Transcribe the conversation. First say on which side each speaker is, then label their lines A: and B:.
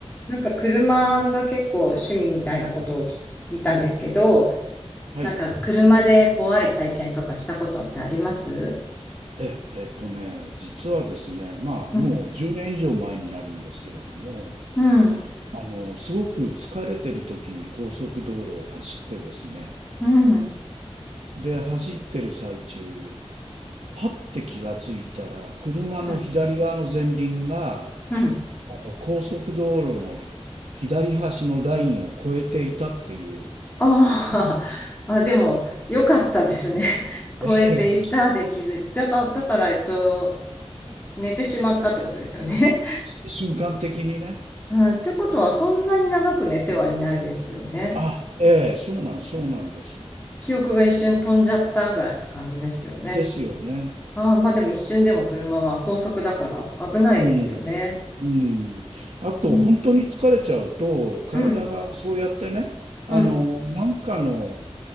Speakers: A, on the left; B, on the right.
A: なんか車が結構趣味みたいなことを聞聞いたんですけど、
B: はい。
A: なんか車で怖い体験とかしたことってあります
B: え、えっとね、実はですね、まあ、
A: うん、
B: もう10年以上前になるんですけれども、
A: うん、
B: あの、すごく疲れてる時に高速道路を走ってですね、
A: うん、
B: で、走ってる最中、はって気がついたら、車の左側の前輪が、
A: うん、うん。
B: あの、高速道路の左端のラインを越えていたっていう、
A: ああ、<laughs> あ、でも、よかったですね。<laughs>
B: <laughs>
A: 超えていたで気づいて、だから、だからえっと、寝てしまったってことですよね。
B: 瞬間的にね、
A: <laughs> うん、ってことは、そんなに長く寝てはいないですよね。
B: あ、ええ、そうなん、そうなんです。
A: 記憶が一瞬飛んじゃったぐらいな感じですよね。
B: ですよね。
A: ああ、まあでも一瞬でも車は高速だから危ないですよね。
B: うん。うん。あと、
A: うん、
B: 本当に疲れちゃうと、体がそうやってね、
A: うん、
B: あの、
A: うん、
B: なんかの、